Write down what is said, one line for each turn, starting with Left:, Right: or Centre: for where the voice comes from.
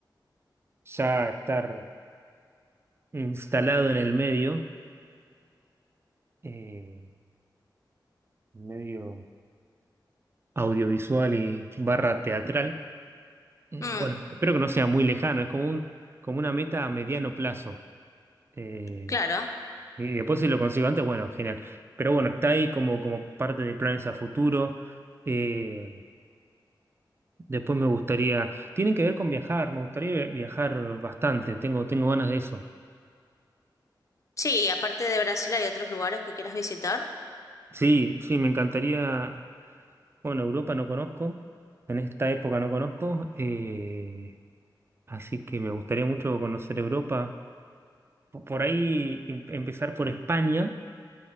Right: ya estar instalado en el medio, eh, medio audiovisual y barra teatral. Eh,
Left: Mm,
Right: bueno, espero que no sea muy lejano, es como un, como una meta a mediano plazo. Eh,
Left: claro.
Right: y después si lo consigo antes, bueno, genial. Pero bueno, está ahí como, como parte de planes a futuro. eh, Después me gustaría, tienen que ver con viajar, me gustaría viajar bastante, tengo, tengo ganas de eso.
Left: Sí, y aparte de Brasil hay otros lugares que quieras visitar.
Right: Sí, sí, me encantaría, bueno, Europa no conozco, en esta época no conozco, eh, así que me gustaría mucho conocer Europa. Po- Por ahí em- empezar por España.